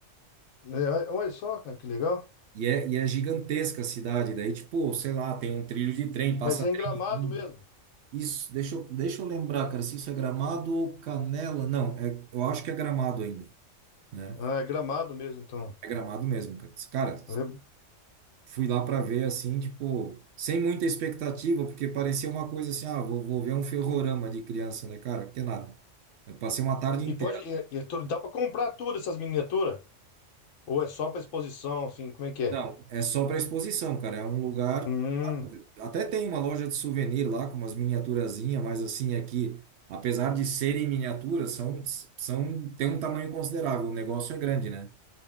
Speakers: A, on the left (about 75°); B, on the right (about 65°).
A: né, Olha só, cara, que legal.
B: E é, e é gigantesca a cidade. Daí, tipo, sei lá, tem um trilho de trem, passa
A: Mas é
B: trenzinho.
A: em Gramado mesmo.
B: Isso, deixa eu, deixa eu lembrar, cara, se isso é Gramado ou Canela. Não, é, eu acho que é Gramado ainda, né?
A: Ah, é Gramado mesmo, então.
B: É Gramado mesmo, cara. Cara,
A: É
B: fui lá para ver assim, tipo, sem muita expectativa, porque parecia uma coisa assim, ah, vou, vou ver um ferrorama de criança, né, cara? Que nada. Eu passei uma tarde
A: E
B: inteira.
A: pode, e- e to- dá pra comprar tudo essas miniaturas? Ou é só pra exposição, assim, como é que é?
B: Não, é só para exposição, cara. É um lugar.
A: Hum,
B: Até tem uma loja de souvenir lá com umas miniaturazinhas, mas assim, aqui, apesar de serem miniaturas, são, são, tem um tamanho considerável. O negócio é grande, né?